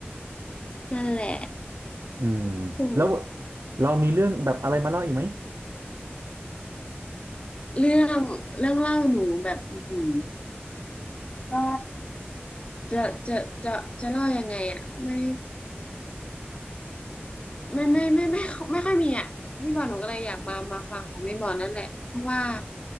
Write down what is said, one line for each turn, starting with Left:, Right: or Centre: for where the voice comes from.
Left: นั่นแหละ
Right: อืม
Left: <laughs> โอ้
Right: แล้วเรามีเรื่องแบบอะไรมาเล่าอีกไหม
Left: เรื่องเรื่องเล่าหนูแบบอือหือก็จะจะจะจะเล่ายังไงอ่ะไม่ ไม่ไม่ไม่ไม่ไม่ค่อยมีอ่ะพี่บอลหนูก็เลยอยากมามาฟังของพี่บอลนั่นแหละเพราะว่า